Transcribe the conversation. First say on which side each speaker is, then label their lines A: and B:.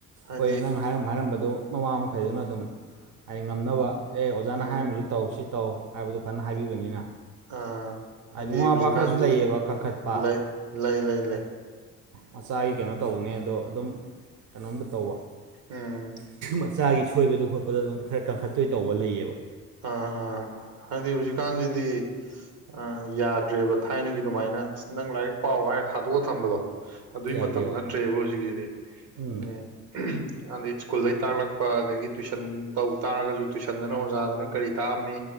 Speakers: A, on the right; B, on the right.
A: ꯍꯥꯏꯗꯤ
B: ꯍꯣꯏ ꯅꯪ ꯍꯥꯏꯔꯝ ꯍꯥꯏꯔꯝꯕꯗꯨ ꯃꯃꯥ ꯃꯈꯩꯗꯨꯅ ꯑꯗꯨꯝ ꯍꯥꯏꯗꯤ ꯉꯝꯅꯕ ꯑꯦ ꯑꯣꯖꯥꯅ
A: ꯎꯝ
B: ꯍꯥꯏꯔꯝꯃꯤꯁꯨ ꯇꯧ ꯁꯤ ꯇꯧ ꯍꯥꯏꯕꯗꯨ ꯐꯖꯅ ꯍꯥꯏꯕꯤꯕꯅꯤꯅ
A: ꯑꯥ ꯍꯥꯏꯗꯤ
B: ꯃꯃꯥ
A: ꯍꯧꯖꯤꯛꯀꯥꯟꯁꯤꯗꯤ
B: ꯃꯄꯥ ꯈꯔꯁꯨ ꯂꯩꯌꯦꯕ ꯀꯟꯈꯠꯄ
A: ꯂꯩ ꯂꯩ ꯂꯩ ꯂꯩ
B: ꯃꯆꯥꯒꯤ ꯀꯩꯅꯣ ꯇꯧꯕꯅꯦ ꯑꯗꯣ ꯑꯗꯨꯝ ꯀꯩꯅꯣꯝꯇ ꯇꯧꯕ
A: ꯎꯝ
B: ꯃꯆꯥꯒꯤ ꯁꯣꯏꯕꯗ ꯈꯣꯠꯄꯗ ꯑꯗꯨꯝ ꯈꯔ ꯀꯟꯈꯠꯇꯣꯏ ꯇꯧꯕ ꯂꯩꯌꯦꯕ
A: ꯑꯥ ꯑꯥ ꯍꯥꯏꯗꯤ ꯍꯧꯖꯤꯛꯀꯥꯟꯁꯤꯗꯤ ꯑ ꯌꯥꯗ꯭ꯔꯦꯕ ꯊꯥꯏꯅꯒꯤ ꯑꯗꯨꯃꯥꯏꯅ ꯑꯁ ꯅꯪ ꯂꯥꯏꯔꯤꯛ ꯄꯥꯎ ꯍꯥꯏꯔ ꯊꯥꯗꯣꯛꯑ ꯊꯝꯕꯗꯣ ꯑꯗꯨꯏ
B: ꯌꯥꯗꯦꯕ
A: ꯃꯇꯝ ꯅꯠꯇ꯭ꯔꯦꯕ ꯍꯧꯖꯤꯛꯁꯤꯗꯤ
B: ꯎꯝ
A: ꯑ ꯑꯗꯩ ꯁ꯭ꯀꯨꯜꯗꯩ ꯇꯥꯛꯂꯛꯄ ꯑꯗꯒꯤ ꯇꯨꯏꯁꯟ ꯇꯧ ꯇꯥꯔꯒꯁꯨ ꯇꯨꯏꯁꯟꯗꯅ ꯑꯣꯖꯥꯗꯨꯅ ꯩ ꯇꯥꯑꯝꯃꯤ